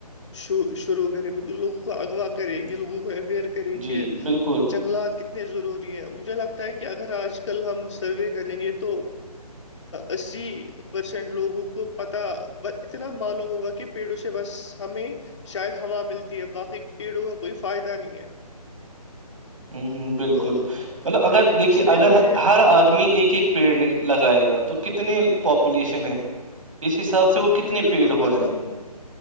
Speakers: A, on the left (about 45°); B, on the right (about 55°).
A: شو شروع کرے مطل لوگوں کو اغوا کرے
B: ہوں،
A: کہ لوگوں کو اویئر <unintelligible> کرے
B: جی
A: کہ
B: بالکل
A: جنگلات کی اتنے ضروری ہیں مجھے لگتا ہے کہ اگر آج کل ہم سروے کریں گے تو اس <unintelligible> پرسینٹ لوگوں کو پتا اتنا معلوم ہوگا کہ پیڑوں سے بس ہمیں شاید ہوا ملتی ہے باقی پیڑوں کا کوئی فائدہ نہیں ہے
B: ہ ہ بالکل
A: تو آ،
B: مطلب اگر دیکھیے
A: اس لیے
B: اگر
A: مجھے
B: ہر آدمی ایک ایک پیڑ لگائے گا تو کتنے پاپولیشن ہے اس حساب سے وہ کتنے
A: بالکل
B: پیڑ ہو
A: اگر
B: جائیں
A: ہم
B: گے